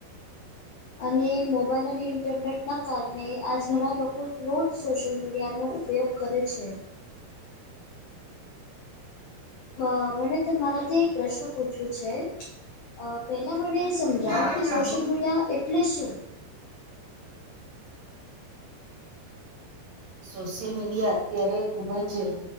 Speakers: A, on the left; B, on the right.
A: અને મોબાઈલ અને ઇન્ટરનેટના કારણે આજ ઘણા લોકો રોજ સોશિયલ મીડિયાનો ઉપયોગ કરે છે. મ મને તમારાથી એક પ્રશ્ન પૂછ્યો છે અ પેલા મને સમજાવો
B: હા
A: કે સોશિયલ
B: બોલો
A: મીડિયા એટલે શું?
B: સોશિયલ મીડિયા અત્યારે ખુબ જ